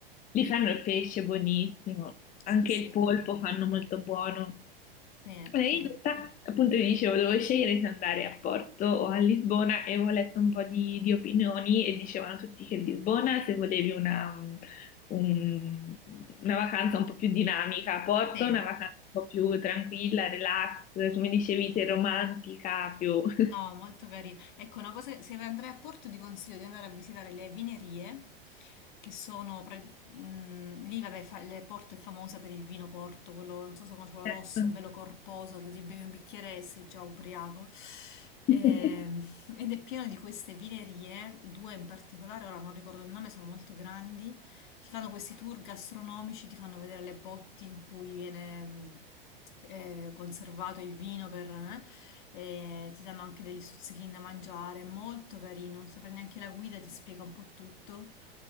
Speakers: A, on the left; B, on the left.
A: Li fanno il pesce buonissimo,
B: Sì,
A: anche
B: sì,
A: il polpo
B: ma-
A: fanno molto buono.
B: sì,
A: E
B: sì,
A: in realtà, appunto, ti dicevo, dovevo scegliere se andare a Porto o a Lisbona e ho letto un po' di, di opinioni e dicevano tutti che Lisbona, se volevi una, un- una vacanza un po' più dinamica, a Porto
B: sì.
A: una vacanza un po' più tranquilla, relax, come dicevi
B: Sì, sì.
A: te, romantica, più... <laughs>
B: No, molto carino. Ecco, una cosa, che- se andrai a Porto ti consiglio di andare a visitare le vinerie, che sono, pre- mm, lì vabbè, fa- le- Porto è famosa per il vino Porto, quello, non so se conosci, quello
A: Certo.
B: rosso, bello corposo, che ti bevi un bicchiere e sei già ubriaco. Ehm,
A: <laughs>
B: ed è pieno di queste vinerie, due in particolare, ora non ricordo il nome, sono molto grandi, ti fanno questi tour gastronomici, ti fanno vedere le botti in cui viene... mm, eh, conservato il vino per... eh, e ti danno anche degli stuzzichini da mangiare, è molto carino, se prendi anche la guida ti spiega un po' tutto.